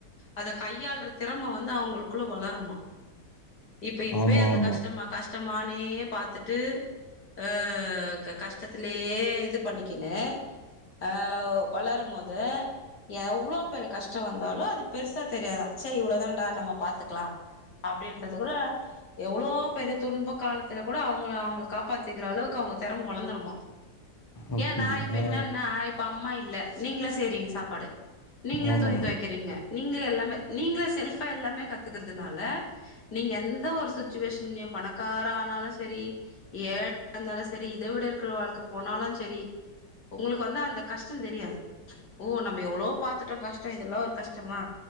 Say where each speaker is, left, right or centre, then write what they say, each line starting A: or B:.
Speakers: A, on the left; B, on the left.
A: அத கையாளுற திறம வந்து அவங்களுக்குள்ள வளருமா இப்ப இப்பயே
B: ஆமா
A: அந்த
B: ஆமா
A: கஷ்டமா கஷ்டமானே பாத் பாத்துட்டு ம் கஷ்டத்திலயே இது பண்ணிக்கினு ஆஹ் வளரு போது எவ்ளோ பெரிய கஷ்டோ வந்தாலு அது பெருசா தெரியாதா ச இவ்ளோதான்டா நம்ம பாத்துக்கலா அப்டின்றது கூட எவ்ளோ பெரிய துன்ப காலத்துல கூட அவங்க அவங்கள காப்பாத்திக்கிற அளவுக்கு அவங்க திறம வளந்திருமா
B: அப்டிங்களா
A: ஏன் நா இப்ப என்னன்னா இப்ப அம்மா இல்ல நீங்களே செய்றீங்க சாப்பாடு நீங்களே
B: ஆமா
A: துணித்துவைக்கிறீங்க நீங்களே எல்லாமே நீங்களே செல்ஃபா எல்லாமே கத்துக்கிறதுனால நீங்க எந்த ஒரு சுச்சுவேஷன்லையு பணக்கார ஆனாலு ஸ் சரி ஏழையா இருந்தாலு சரி இத விட இருக்கிற வாழ்க்கை போனாலு சரி உங்களுக்கு வந்து அந்த கஷ்ட தெரியாது ஓ நம்ப எவ்ளோ பாத்துட்டோ கஷ்ட இதெல்லா ஒரு கஷ்டமா